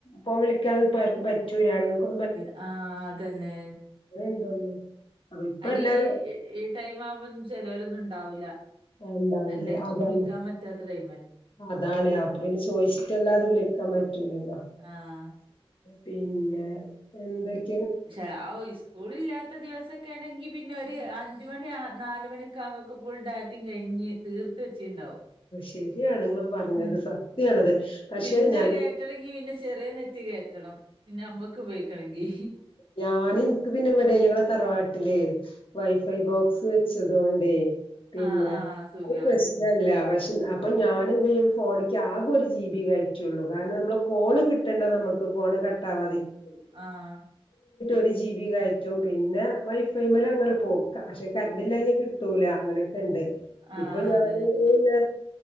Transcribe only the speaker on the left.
ഫോൺവിളിക്കാ ർക്കും പറ്റൂല ആണുങ്ങക്കൊ
<unintelligible> എല്ലാരും
ഉണ്ടാവില്ല
അതാണ്
അതാണ് അപ്പൊപിന്നെ ചോയ്ച്ചിട്ടല്ലാതെ വിളിക്കാൻ പറ്റ് റ്റില്ലല്ലോ
പിന്നെ എന്തയ്
ശരിയാണ് നിങ്ങള് പറഞ്ഞത്
സത്യാണത് പക്ഷെ
ഞ
ഞാന്ൻക്ക് പിന്നെ ഇവിടെ ഞങ്ങളെ തറവാട്ടിലെയ് വൈഫൈബോക്സ് വെച്ച്തോണ്ടേയ് പിന്നെ
ഒരു പ്രശ്നല്ല <unintelligible> <unintelligible> അപ്പൊ ഞാനെന്തയ്യും ഫോണിക്ക് ആകെ ഒരു ജി ബി കയറ്റുള്ളൂ.. കാരണം നമ്മളെ കോള് കിട്ടണ്ടെ നമ്മക്ക് ക്ക് ഫോണ് കട്ടാവാതിരി <unintelligible>
ഒരു ജി ബി കയറ്റും... പിന്നെ വൈഫൈമേലങ്ങനെ പോകും.. പക്ഷെ കറണ്ട്ല്ലഞ്ഞാ കിട്ടൂല അങ്ങനെ <unintelligible>